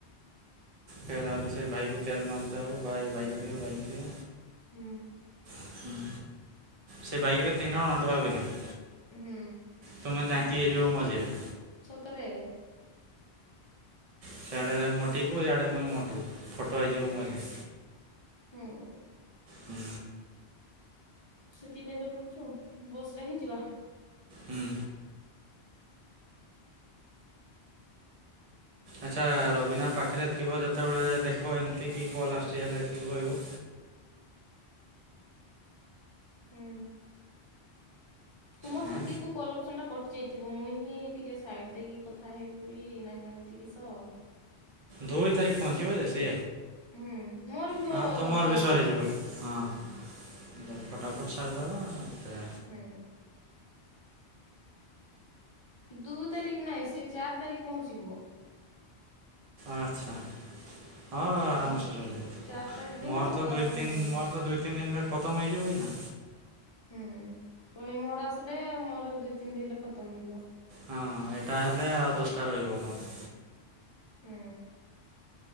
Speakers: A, on the right; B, on the left.
A: ଫେରେ ଆଉରି ସେ ଭାଇକୁ ତେଲ ମାରତା ହଉ। ଭାଇ ବାଇକ୍ ଦିଅ, ବାଇକ୍ ଦିଅ।
B: ହୁଁ।
A: ହୁଁ, ସେ ବାଇକ୍ ରେ ତିନି ଜଣ ଅଣ୍ଟବା ବି ନାହିଁ।
B: ହୁଁ।
A: ତୁମେ ଯାଙ୍କି ହେଇଯିବ ମଝିରେ।
B: ସତରେ?
A: ସେଇଆଡ଼େ ସେ ମୋଟିକୁ ଇଆଡ଼େ ମୁଇଁ ମୋଟୁ ଫଟୋ ହେଇଯିବ ମଝିରେ।
B: ହୁଁ।
A: ହୁଁ
B: ସେଥିପାଇଁ ତ କହୁଛୁ ବସ୍ ରେ ହିଁ ଯିବା।
A: ହୁଁ। ଆଚ୍ଛା, ରବିନା ପାଖରେ ଥିବ ଯେତେବେଳେ ଦେଖିବ ଏମିତି କି କଲ୍ ଆସୁଚି ହେଲେ କି କହିବ?
B: ହୁଁ। ତୁମ
A: ହଁ
B: ସେତିକି କୁ। କଲଅପସନ୍ ଟା କଟି ଯାଇଥିବ, ମୁଁ ହିଁ ଟିକେ ସାଇଟ ଦେଇକି କଥା ହେଇବି ନା କେମତି କିସ?
A: ଦୁଇ ତାରିଖ ପହଞ୍ଚିବ ଯେ ସେ।
B: ହୁଁ ମୋର ବି ବ
A: ହ ତୁମର
B: ସରିଯାଇଥିବ
A: ବି ସରିଯିବ। ହଁ।
B: ହୁଁ
A: ଫଟାଫଟ ସାରିଦବା।
B: ହୁଁ। ଦୁଇ ତାରିଖ ନାହିଁ ସେ ଚାରି ତାରିଖ ପହଞ୍ଚିବ।
A: ଆଛା। ହଁ, ଆରାମସେ
B: ହୁଁ,
A: ସରିଯାଇଥିବ
B: ଚାରି ତାରିଖ ଦିନ
A: ମୋର
B: ସକାଳେ
A: ତ ଦୁଇ
B: ପହଞ୍ଚିବ
A: ତିନ୍ ମୋର ତ ଦୁଇ ତିନି ଦିନରେ। ଖତମ ହଇଜିବ ଆ ନା।
B: ହୁଁ, ପୁଣି ମୋର ଆସିଲେ ମୋର ଦିଇ ତିନି ଦିନିରେ ଖତମ ହେଇଯିବ।
A: ହଁ, ଏଟା ହେଲେ ଆଉ ଦଶଟା ରହିବ ମୋର।
B: ହୁଁ।